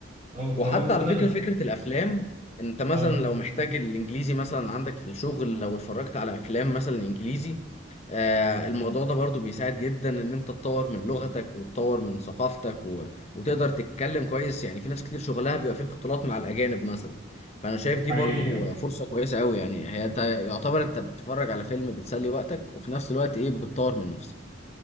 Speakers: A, on the right; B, on the left.
A: اه فهو
B: وحتى
A: من ضمن
B: على فكرة
A: ال-
B: فكرة الأفلام أنت مثلا
A: اه
B: لو محتاج الإنجليزي مثلا عندك في الشغل لو اتفرجت على أفلام مثلا إنجليزي آه الموضوع ده برضو بيساعد جدا إن أنت تطور من لغتك وتطور من ثقافتك و... وتقدر تتكلم كويس يعني في ناس كتير شغلها بيبقى فيه اختلاط مع الأجانب مثلا فأنا شايف دي
A: حقيقي
B: برضو فرصة كويسة أوي يعني هي أنت يعتبر أنت بتتفرج على فيلم بتسلي وقتك وفي نفس الوقت إيه بتطور من نفسك